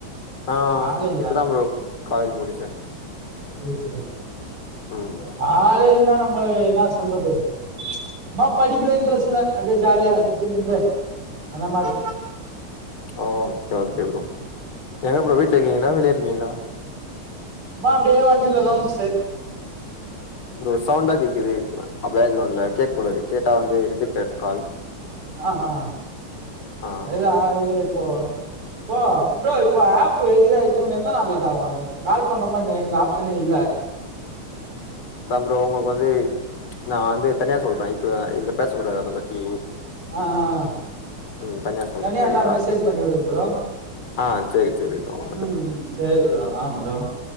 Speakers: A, on the left; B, on the right.
A: ஆ
B: காலேஜா
A: இப்பதா ப்ரோ காலேஜ் முடிச்சே
B: சேர் சாரி
A: ம்
B: காலேஜ்னா நம்மளு என்னா சொல்றது சும்மா படிப்புல இன்ட்ரெஸ்ட்ல்ல அப்டியே ஜாலியா சுத்தினு இருந்துட்டு அந்த மாரி
A: ஓ ஓகே ஓகே ப்ரோ எங்க ப்ரோ வீட்ல இருக்கீங்ளா வெளிய இருக்கீங்ளா
B: சும்மா அப்டியே வண்டில்ல ரவுண்ட்ஸ்சு
A: ப்ரோ சவுண்டா கேக்குது பேக்ரவுண்ட்ல கேக் கூடாது கேட்டா வந்து ரிஜெக்ட் ஆய்டு கால்
B: ஆ ஆ
A: ஆ
B: அதுதா அதுக்கு தா இப்போ போ ப்ரோ இப்ப ஆப்பு இதாய்ட்டு உன்னு எத்தன் நாள்ல இது ஆவு கால் பண்ற மாரி என்க் எனக்கு ஆப்ஷனே இல்ல
A: அதா ப்ரோ உங்களுக் வந்து நா வந்து தனியா சொல்றே இப்ப இதுல பேசக்கூடாது அத பத்தி
B: ஆ ஆ ஆ
A: ம் சொல்றே
B: தனியா
A: சரிங்களா
B: எல்லா மெசேஜ் பண்ணிவுடுங் ப்ரோ
A: ஆ செரி செரி தோழா
B: ம் செரி ப்ரோ ஆ ப்ரோ